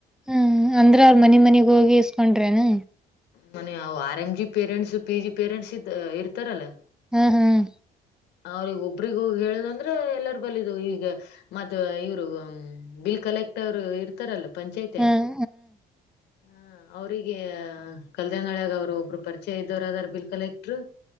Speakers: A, in the centre; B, on the left.
A: ಹ ಅಂದ್ರ ಅವರು ಮನ ಮನಿಗ್ ಹೋಗಿ ಇಸ್ಕೊಂಡ್ರೇನಾ
B: ಮನ ಅವ R M G parents P G parents ಇದ ಇರ್ತಾರಲ್ಲಾ
A: ಹ್ಮ್ ಹ್ಮ್
B: ಅವ್ರಗ ಒಬ್ರಿಗ ಹೋಗಿ ಹೇಳುದಂದ್ರ ಎಲ್ಲಾರ ಬಲಿದ ಈಗ ಮತ್ತ ಇವರು ಬಿ ಕಲೆಕ್ಟರ್ ಅವರು ಇರ್ತಾರಲ್ಲ ಪಂಚಾಯತ್
A: ಹ್ಮ್
B: ಆಗ ಹ ಅವ್ರಿಗೆ ಕಲ್ದನಳಾಗ ಅವರು ಒಬ್ಬರು ಪರಿಚಯ ಇದ್ದವರುದಾರ ಬಿಲ್ ಕಲೆಕ್ಟ್ರು